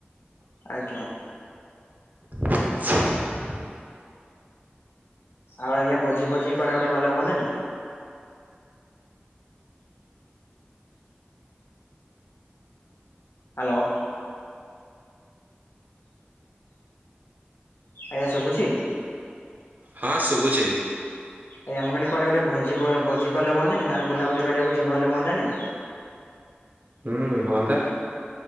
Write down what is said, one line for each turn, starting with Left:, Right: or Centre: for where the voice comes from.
Left: ଆଜ୍ଞା।
Right: <inaudible>
Left: ଆଉ ଆଜ୍ଞା ଭୋଜି ଭୋଜି କୁଆଡେ ଗୋଟେ ଗଲେ ହୁଅନ୍ତାନି। ହାଲୋ। ଆଜ୍ଞା ଶୁଭୁଛି?
Right: ହଁ ଶୁଭୁଛି।
Left: ଆଜ୍ଞା। ମୁଁ କହିଲି କୁଆଡେ ଗୋଟେ ଭୋଜି ଭୋ ଭୋଜି କଲେ ହୁଅନ୍ତାନି, ନହେଲେ ବୁଲାବୁଲି କରିବାକୁ ଯି ଗଲେ ହୁଅନ୍ତାନି?
Right: ହୁଁ ହୁଅନ୍ତା।